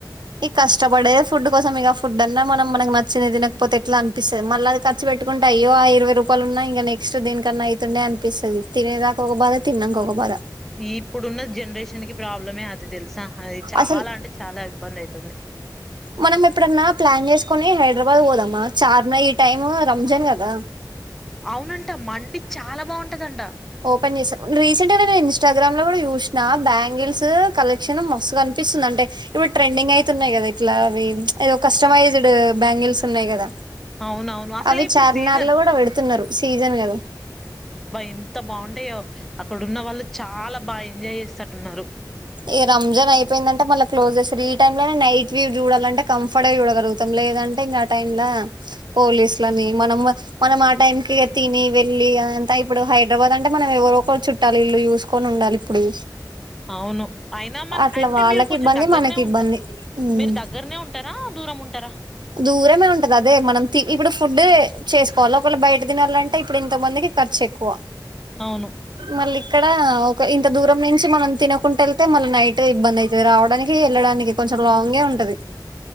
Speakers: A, on the right (about 80°); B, in the centre.
A: ఈ కష్టపడేదే ఫుడ్ కోసమే గా ఫుడ్ అన్నా మనం మనకి నచ్చింది తినకపొతే ఎట్ల అపిస్తుంది మళ్ళ అది ఖర్చు పెట్టుకుంటే అయ్యో ఇరవై రూపాయలు ఉన్నా నెక్స్ట్ దేనికన్నా అయితుండే అ పిస్తది తినే దాకా ఒక బాద తి తిన్నంకా ఒక బాద.
B: ఈ ఇప్పుడున్న జనరేషన్ నకి ప్రాబ్లమే అది తెలుసా అది చాలా
A: అసలు
B: అంటే చాలా ఇబ్బంది అయితుంది
A: మనం ఎప్పుడన్నా ప్లాన్ చేసుకుని హైదరాబాద్ పోదామా చార్మినార్ ఈ టైమ్ రంజాన్ కదా
B: అవునంట మండి చాలా బాగుంటదంట
A: పనిచేసాను రీసెంట్ గా నేను ఇన్స్టాగ్రామ్ లో కూడా చుసినా బ్యాంగిల్స్ కలెక్షన్ మస్తుగా కనిపిస్తుంది అంటే ఇప్పుడు ట్రెండింగ్ అయితున్నాయి కద ఇప్పుడు అట్లా అవి ఎదో కస్టమైజ్డ్ బ్యాంగిల్స్ ఉన్నాయి కదా
B: అవునవును అసలే
A: అవి
B: ఇప్పుడు
A: చార్మినార్
B: సీజన్
A: లో కూడా పెడుతున్నారు సీజన్ కదా
B: అబ్బ ఎంత బావుంటాయో అక్కడ ఉన్న వాళ్ళు చాలా బా ఎంజాయ్ చేస్తట్టున్నారు
A: ఇహ రంజాన్ అయిపోయిందంటే మళ్ళా క్లోజ్ చేస్తారు ఈ టైం లోనే నైట్ వ్యూ చూడాలంటే కంఫర్ట్ గా చూడగలుగుతాం లేదంటే ఇంకా టైమ్ ల పోలీసులని మనం మనం ఆ టైం కి తిని వెళ్ళి అంత ఇప్పుడు హైదరాబాద్ అంటే మనం ఎవరో ఒకరు చుట్టాల ఇల్లు చూసుకొని ఉండాలి ఇప్పుడు
B: అవును అయినా మన
A: అట్లా
B: అంటే
A: వాళ్ళకి
B: మీరు కొంచెం
A: ఇబ్బంది,
B: దగ్గరనే
A: మనకి
B: ఉంటా
A: ఇబ్బంది. హ్
B: మీరు దగ్గరనే ఉంటారా దూరం ఉంటారా
A: దూరమే ఉంటది అదే మనం తి ఇప్పుడు ఫు డ్డే చేసుకోవాల. ఒకవేళ బయట తినాలంటే ఇప్పుడు ఇంత మందికి ఖర్చు ఎక్కువ.
B: అవును
A: మళ్ళి ఇక్క డ ఒక ఇంత దూరం నుంచి మనం తినకుంట ఎళ్తే మళ్ళ నైటే ఇబ్బంది అయితది రావడానికి, వెళ్ళడానికి కొంచెం లాంగే ఉంటది.